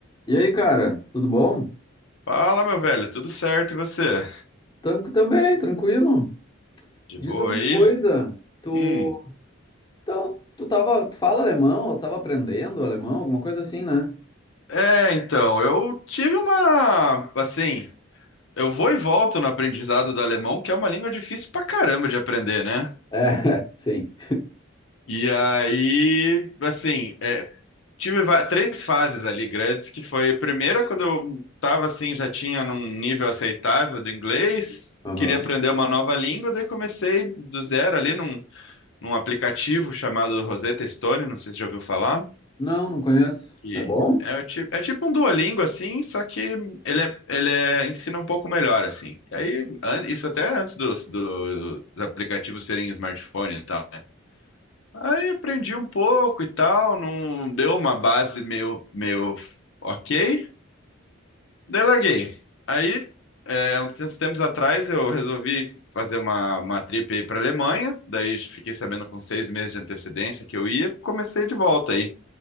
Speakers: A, on the left; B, on the left.
A: E aí, cara, tudo bom?
B: Fala, meu velho, tudo certo e você?
A: Tan- também, tranquilo.
B: De
A: Diz
B: boa
A: uma
B: aí?
A: coisa, tu...
B: Hum.
A: Então, tu tava... Tu fala alemão, ou tu tava aprendendo alemão, alguma coisa assim, né?
B: É, então, eu tive uma, assim, eu vou e volto no aprendizado do alemão, que é uma língua difícil pra caramba de aprender, né?
A: É, <laughs> sim.
B: E aí, assim, é, tive va- três fases ali grandes, que foi a primeira quando eu tava assim, já tinha num nível aceitável do inglês,
A: Aham.
B: queria aprender uma nova língua, daí comecei do zero ali num, num aplicativo chamado Rosetta Stone, não sei se já ouviu falar.
A: Não, não conheço.
B: Que
A: É bom?
B: é, o tipo, é tipo um Duolingo, assim, só que ele, é, ele é- ensina um pouco melhor, assim. E aí, an- isso até antes dos, do- dos aplicativos serem smartphone e tal, né? Aí aprendi um pouco e tal, não deu uma base meio, meio ok, daí larguei. Aí, é, uns tempos atrás, eu resolvi fazer uma, uma trip aí para Alemanha, daí fiquei sabendo com seis meses de antecedência que eu ia, comecei de volta aí.